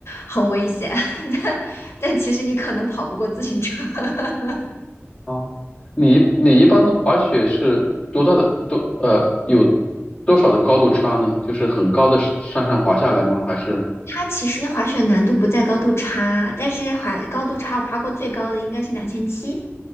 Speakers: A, on the left; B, on the left.
A: 很危险。<laughs> 但但其实你可能跑不过自行车。<laughs>
B: 哦，你你一般的滑雪是多大的多呃有多少的高度差呢？就是很高的上上上滑下来吗？还是
A: 它其实滑雪难度不在高度差，但是滑高度差，我滑过最高的应该是两千七，